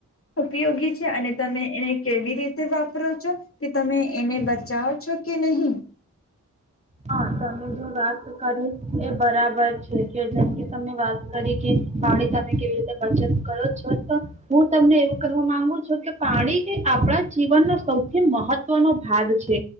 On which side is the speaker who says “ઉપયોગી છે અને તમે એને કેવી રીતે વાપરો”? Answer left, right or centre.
Left